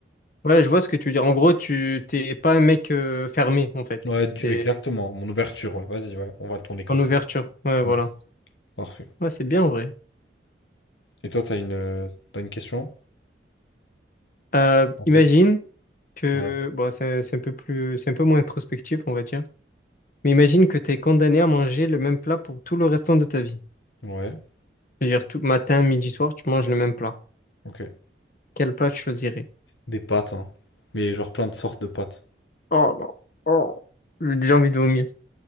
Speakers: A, on the left (about 45°); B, on the left (about 80°).
A: Ouais, je vois ce que tu veux dire. En gros, tu t'es pas un mec euh, fermé, en fait.
B: Ouais, du-
A: T'es
B: exactement. Mon ouverture, ouais, vas-y, ouais, on va le tourner comme
A: en
B: ça.
A: ouverture. Ouais,
B: Ouais,
A: voilà.
B: parfait.
A: Ouais, c'est bien en vrai.
B: Et toi, t'as une, euh, t'as une question
A: Euh,
B: en tête?
A: imagine que
B: Ouais.
A: bon, c'est c'est un peu plus, c'est un peu moins introspectif, on va dire. Mais imagine que tu es condamné à manger le même plat pour tout le restant de ta vie.
B: Ouais.
A: C'est-à-dire tout matin, midi, soir, tu manges le même plat.
B: Ok.
A: Quel plat tu choisirais?
B: Des pâtes, hein. Mais genre plein de sortes de pâtes.
A: Oh non, oh, j'ai déjà envie de vomir.